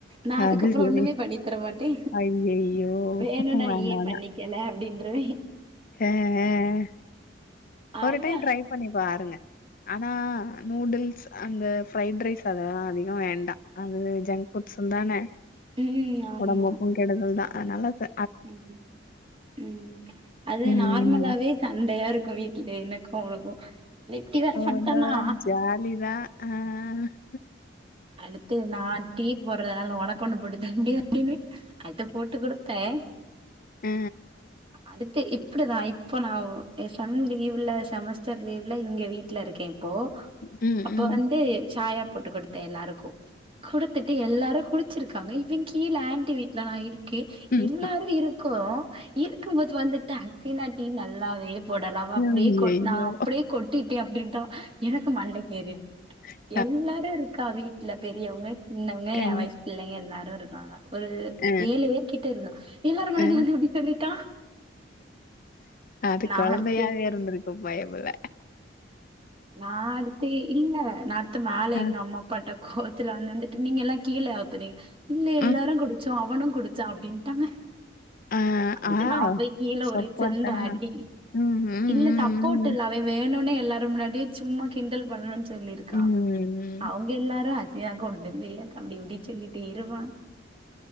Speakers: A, on the right; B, on the left.
A: நா
B: அது
A: அதுக்கப்பறோ
B: சரி.
A: ஒண்ணுமே பண்ணி தர மாட்டே
B: ஐயய்யோ!
A: வேணுனா
B: வேண்டாம்,
A: நீயே
B: வேண்டாம்.
A: பண்ணிக் கேல அப்டின்றுவே
B: ஆ ஆ ஆ ஒரு
A: அவ
B: டைம் ட்ரை பண்ணி பாருங்க ஆனா நூடுல்ஸ் அந்த ஃபிரைட் ரைஸ் அதல்லா அதிகொ வேண்டா அது ஜன்க் ஃபுட்ஸ்ஸுந் தான
A: ம் ஆமா
B: ஒடம்புக்கு கெடுதல் தா அதுனால ப
A: ம் ம் அது
B: ம்
A: நார்மலாவே சண்டையா இருக்கு வீட்ல எனக்கு அவனுக்கு இப்டி வேற பண்டனா
B: இந்த ஜாலி லீதா ஆ ஆ ஆ
A: அடுத்து நா டீ போட்றனால ஒனக்கு ஒன்னு போட்டு தாண்டி அப்டினே அத்த போட்டு குடு த்தே
B: ஆ
A: அடுத்து இப்டிதா இப் இப்ப நா எக்சாம் லீவ்ல செமஸ்டர் லீவ்ல இங்க வீ வீட்ல இருக்கே இப்போ
B: ம்
A: அப்ப வந்து சாயா போட்டு குடுத்தே எல்லாருக்கு குடுத்துட்டு எல்லாரு குடுச்சுருக்காங்க இவெ எ கீழ ஆண்டி வீட்ல நா இருக்கே
B: ம்
A: எல்லாரு இருக்குறோ இருக்கும்போது வந்துட்டு அசினா டீ நல்லாவே போடலா அவ அப்டியே
B: ஐயய்யோ
A: கொட்னா அப்டியே கொட் டிட்டே அப்டின்டா எனக்கு மண்டக் கேறிற்
B: அ
A: எல்லாரு இருக்கா வீட்ல பெரியவுங்க சின்னவுங்க
B: ஆ
A: எ வயசு பிள்ளைங்க எல்லாரு இருக்காங்க ஒரு
B: ஆ
A: ஏழு பேர் கிட்ட இருந்தோ எல்லார் முன்னாடியு
B: ஆ
A: வந்து இப்டி சொல்லிட்டா
B: அது
A: நா
B: கொழந்தையாவே
A: அடுத்து
B: இருந்திருக்கு பயபுல்ல
A: நா அடுத்து இல்ல நா அடுத்து மேல
B: ஆ
A: எங்க அம்மா பட்ட கோவத்துல வந்துன்ட்டு நீங்க எல்லா கீழ ஆத்துனீ இல்ல எல்லாரு
B: ம்
A: குடுச்சோ இவனு குடுச்சா அப்டின்ட்டாங்க
B: ஆ
A: அடுத்து
B: ஆ
A: நா போய் கீழ
B: சப்போட்டா
A: ஒரே சண்ட அடி
B: ம் ம்
A: இல்ல
B: ம்
A: தப்போட்டு இல்ல அவெ வேணுனே எல்லார் முன்னாடியு சும்மா கிண்டல் பண்ணணுனு சொல்லிருக்கா
B: ம் ம்
A: அவுங்க எல்லாரு அசியா கொண்டு வந்து ஏக்கா இப்டி இப்டி சொல்லிட்ட இருமா